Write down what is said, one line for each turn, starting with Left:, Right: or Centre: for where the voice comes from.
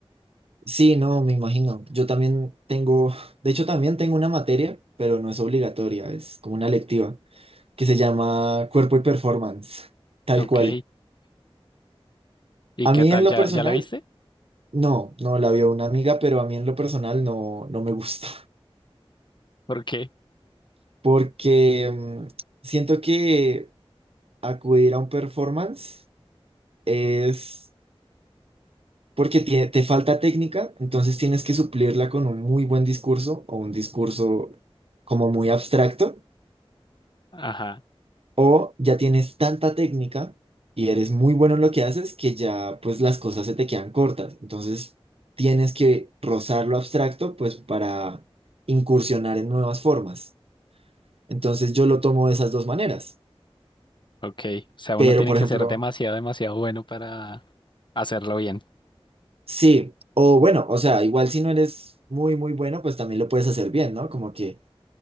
Right: Sí, no, me imagino. Yo también tengo, de hecho también tengo una materia, pero no es obligatoria, es como una electiva, que se llama Cuerpo y Performance, tal
Left: Ok,
Right: cual.
Left: ¿y
Right: A
Left: qué
Right: mí
Left: tal?
Right: en lo
Left: ¿Ya,
Right: personal,
Left: ya la viste?
Right: no, no la vio una amiga, pero a mí en lo personal no, no me gusta,
Left: ¿Por qué?
Right: <laughs> porque mm, siento que acudir a un performance es porque tie- te falta técnica, entonces tienes que suplirla con un muy buen discurso o un discurso como muy abstracto
Left: Ajá,
Right: O ya tienes tanta técnica y eres muy bueno en lo que haces que ya pues las cosas se te quedan cortas. Entonces tienes que rozar lo abstracto pues para incursionar en nuevas formas. Entonces yo lo tomo de esas dos maneras.
Left: ok. O sea,
Right: Pero
Left: uno tiene
Right: por
Left: que
Right: ejemplo,
Left: ser demasiado, demasiado bueno para hacerlo bien.
Right: sí, o bueno, o sea, igual si no eres muy muy bueno pues también lo puedes hacer bien, ¿no? Como que